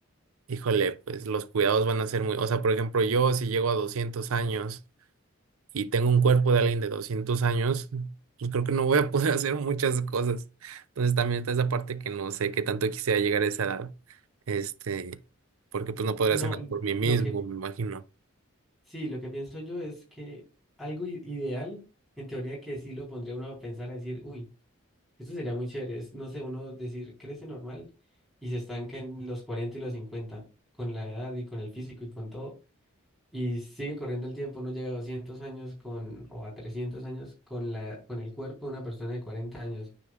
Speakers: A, on the right; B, in the centre.
A: híjole, pues los cuidados van a ser muy... O sea, por ejemplo, yo si llego a 200 años y tengo un cuerpo de alguien de 200 años, pues creo que no voy a poder <laughs> hacer muchas cosas. Entonces también está esa parte que no sé qué tanto quisiera llegar a esa edad. Este, porque pues no podré
B: No,
A: hacer nada
B: l-
A: por mí mismo,
B: lo que
A: me imagino.
B: sí, lo que pienso yo es que algo i- ideal, en teoría que sí lo pondría uno a pensar, a decir, uy, esto sería muy chévere, es, no sé, uno decir, crece normal y se estanca en los 40 y los 50 con la edad y con el físico y con todo, y sigue corriendo el tiempo, uno llega a 200 años con, o a 300 años con la, con el cuerpo de una persona de 40 años.